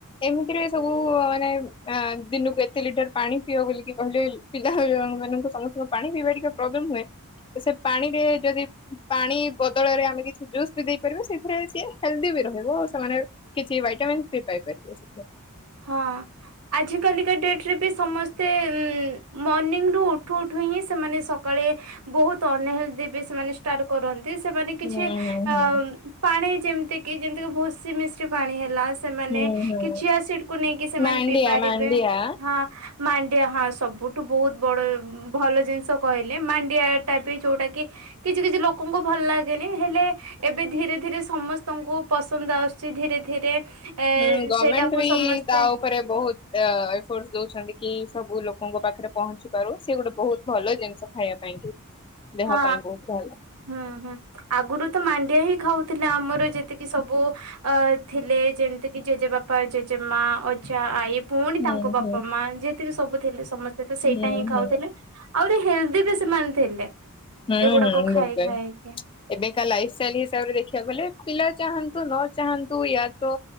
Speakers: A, on the left; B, on the right.
A: ଏମିତିରେ ସବୁ ମାନେ ଅ ଦିନକୁ ଏତେ ଲିଟର ପାଣି ପିଅ ବୋଲିକି କହିଲେ ବୋଲି ପିଲାମାନଙ୍କୁ ସମସ୍ତଙ୍କ ପାଣି ପିଇବା ଟିକେ ପ୍ରୋବ୍ଲେମ ହୁଏ। ତ ସେ ପାଣିରେ ଯଦି ପାଣି ବଦଳରେ ଆମେ କିଛି ଜୁସ୍ ବି ଦେଇପାରିବା। ସେଥିରେ ସିଏ ହେଲ୍ଦି ବି ରହିବ। ସେମାନେ କିଛି ଭାଇଟାମିନ୍ ବି ପାଇପାରିବେ ସେଥିରେ।
B: ହଁ। ଆଜି କାଲିକା ଡେଟରେ ବି ସମସ୍ତେ ଉଁ ମର୍ଣ୍ଣିଂରୁୁ ଉଠୁ ଉଠୁ ହିଁ ସେମାନେ ସକାଳେ ବହୁତ ଅନହେଲ୍ଦି ବି ସେମାନେ ଷ୍ଟାର୍ଟ କରନ୍ତି। ସେମାନେ କିଛି
A: ହୁଁ ହୁଁ
B: ଆ
A: ହୁଁ।
B: ପାଣି ଯେମିତି କି ଯେମିତି କି ଭୁସି ମିଶ୍ରି ପାଣି ହେଲା ସେମାନେ
A: ହୁଁ ହୁଁ
B: କିଛି ଚିଆସିଡକୁ ନେଇକି ସେମାନେ
A: ମାଣ୍ଡିଆ
B: ପିଇପାରିବେ
A: ମାଣ୍ଡିଆ
B: ହଁ। ମାଣ୍ଡିଆ ହଁ ସବୁଠୁ ବହୁତ ବଡ ଭଲ ଜିନିଷ କହିଲେ ମାଣ୍ଡିଆଟା ବି ଯୋଉଟା କି କିଛି କିଛି ଲୋକଙ୍କୁ ଭଲ ଲାଗେନି। ହେଲେ ଏବେ ଧୀରେ ଧୀରେ ସମସ୍ତଙ୍କୁ ପସନ୍ଦ ଆସୁଚି। ଧୀରେ ଧୀରେ ଏ
A: ହୁଁ ଗମେଣ୍ଟ
B: ସେଇଟାକୁ
A: ବି
B: ସମସ୍ତେ
A: ତା ଉ ଉପରେ ବହୁତ ଏଫୋର୍ଟସ ଦଉଚନ୍ତି କି ସବୁ ଲୋକଙ୍କ ପାଖରେ ପହଁଞ୍ଚି ପାରୁ ସିଏ ଗୋଟେ ବହୁତ ଭଲ ଜିନିଷ। ଖାଇବା ପାଇଁ କି ଦେହ
B: ହଁ
A: ପାଇଁ ବହୁତ ଭଲ।
B: ହୁଁ ହୁଁ ଆଗରୁ ତ ମାଣ୍ଡିଆ ହିଁ ଖାଉଥିଲେ। ଆମର ଯେତିକି ସବୁ ଅ ଥିଲେ ଯେମିତି କିି ଜେଜେବାପା, ଜେଜେମାଆ, ଅଜା, ଆଈ। ପୁଣି
A: ହୁଁ
B: ତାଙ୍କ ବାପା
A: ହୁଁ
B: ମାଆ ଯେତିକି ସବୁ ଥିଲେ ସମସ୍ତେ ତ ସେଇଟା
A: ହୁଁ
B: ହିଁ
A: ହୁଁ
B: ଖାଉଥିଲେ। ଆହୁରି ହେଲ୍ଦି ବି ସେମାନେ ଥିଲେ।
A: ହୁଁ
B: ଏଗୁଡାକ
A: ହୁଁ
B: ଖାଇ
A: ନିଶ୍ଚୟ
B: ଖାଇକି
A: ଏବେକା ଲାଇଫ୍ ଷ୍ଟାଇଲ ହିସାବରେ ଦେଖିବାକୁ ଗଲେ ପିଲା ଚାହାନ୍ତୁ ନ ଚାହାନ୍ତୁ ୟା ତ